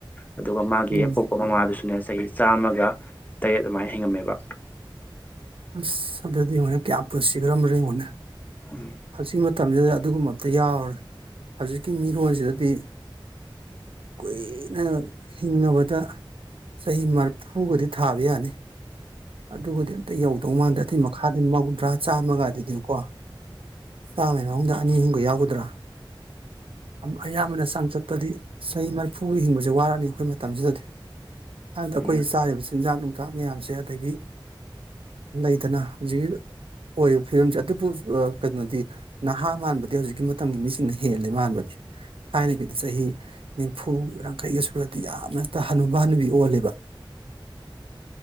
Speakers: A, on the left; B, on the right.
A: ꯑꯗꯨꯒ ꯃꯥꯒꯤꯍꯦꯛ
B: ꯑꯗꯨꯅꯤ
A: ꯄꯣꯛꯄ ꯃꯃꯥꯗꯨꯁꯨꯅꯦ ꯆꯍꯤ ꯆꯥꯝꯃꯒ ꯇꯔꯦꯠ ꯑꯗꯨꯃꯥꯏꯟ ꯍꯤꯡꯉꯝꯃꯦꯕ
B: ꯑꯁ ꯑꯗꯨꯗꯤ ꯌꯦꯡꯎꯟꯅꯦ ꯀ꯭ꯌꯥ ꯄꯨꯠꯁꯤꯒ꯭ꯔꯝ ꯔꯦꯡꯉꯨꯅꯦ
A: ꯎꯝ
B: ꯍꯧꯖꯤꯛ ꯃꯇꯝꯖꯤꯗ ꯑꯗꯨꯒꯨꯝꯕ ꯑꯝꯇ ꯌꯥꯎꯔꯦ ꯍꯧꯖꯤꯛꯀꯤ ꯃꯤꯔꯣꯟꯖꯤꯗꯗꯤ ꯀꯨꯏꯅ ꯍꯤꯡꯉꯕꯗ ꯆꯍꯤ ꯃ꯭ꯔꯐꯨꯒꯗꯤ ꯊꯥꯕ ꯌꯥꯅꯤ ꯑꯗꯨꯒꯗꯤ ꯑꯝꯇ ꯌꯧꯗꯧ ꯃꯥꯟꯗꯦ ꯑꯗꯨꯏ ꯃꯈꯥꯗꯟ ꯃꯧꯗ꯭ꯔꯥ ꯆꯥꯝꯃꯒꯥꯗꯨꯗꯤꯀꯣ ꯆꯥꯝꯃꯩ ꯃꯅꯨꯡꯗ ꯑꯅꯤ ꯍꯨꯝꯒ ꯌꯥꯎꯒꯗ꯭ꯔ ꯑꯝ ꯑꯌꯥꯝꯕꯅ ꯆꯥꯡꯆꯠꯇꯗꯤ ꯆꯍꯤ ꯃ꯭ꯔꯐꯨꯒꯤ ꯍꯤꯡꯕꯁꯦ ꯋꯥꯔꯅꯤ ꯑꯩꯈꯣꯏ ꯃꯇꯝꯖꯤꯗꯗꯤ ꯍꯥꯏꯕꯗꯤ ꯑꯩꯈꯣꯏꯒꯤ
A: ꯎꯝ
B: ꯆꯥꯔꯤꯕ ꯆꯤꯟꯖꯥꯛ ꯅꯨꯡꯖꯥꯛ ꯃꯌꯥꯝꯁꯦ ꯑꯗꯒꯤ ꯂꯩꯗꯅ ꯍꯨꯖꯤꯛ ꯑꯣꯏꯔꯤꯕ ꯐꯤꯕꯝꯖꯦ ꯑꯗꯨꯕꯨ ꯑꯥ ꯀꯩꯅꯣꯗꯤ ꯅꯍꯥ ꯃꯥꯟꯕꯗꯤ ꯍꯧꯖꯤꯛꯀꯤ ꯃꯇꯝꯒꯤ ꯃꯤꯁꯤꯡꯅ ꯍꯦꯜꯂꯦ ꯃꯥꯟꯕꯗꯤ ꯊꯥꯏꯅꯒꯤꯗꯤ ꯆꯍꯤ ꯅꯤꯝꯐꯨ ꯌꯥꯡꯈꯩꯒ ꯁꯨꯔꯗꯤ ꯌꯥꯝ ꯍꯠꯇ ꯍꯅꯨꯕ ꯍꯅꯨꯕꯤ ꯑꯣꯜꯂꯦꯕ
A: <inaudible>